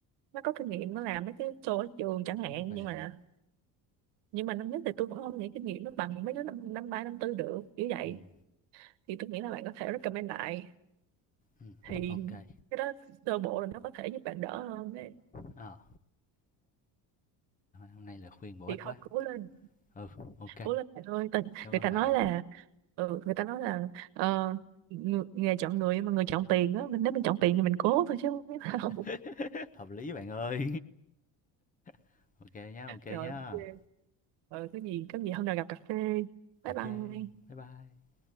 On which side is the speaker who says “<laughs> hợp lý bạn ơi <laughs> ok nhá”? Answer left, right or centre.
Left